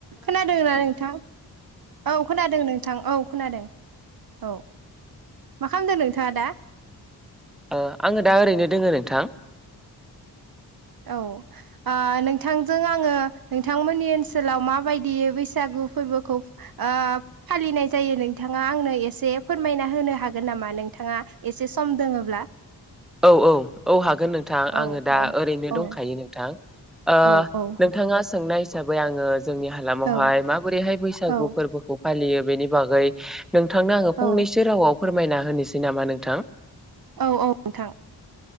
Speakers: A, on the right; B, in the centre.
A: खोनादोंना नोंथां औ खोनादों नोंथां औ खोनादों। औ मा खालामदों नोंथाङा दा?
B: ओ आङो दा ओरैनो दोङो नोंथां।
A: औ ओ नोंथांजों आङो नोंथांमोननि ओनसोलाव माबायदि बैसागु फोरबोखौ ओ फालिनाय जायो नोंथाङा आंनो एसे फोरमायना होनो हागोन नामा? नोंथाङा एसे सम दोङोब्ला।
B: औ औ औ हागोन नोंथां
A: औ
B: आङो दा
A: औ
B: ओरैनो
A: औ
B: दंखायो नोंथां। ओ
A: औ औ
B: नोंथाङा सोंनाय हिसाबै आङो जोंनि हालामावहाय
A: औ
B: माबोरैहाय बैसागु
A: औ
B: फोरबोखौ फालियो बेनि बागै नोंथांनो आङो
A: औ
B: फंनैसो रावाव फोरमायना होनोसै नामा नोंथां।
A: औ औ नोंथां।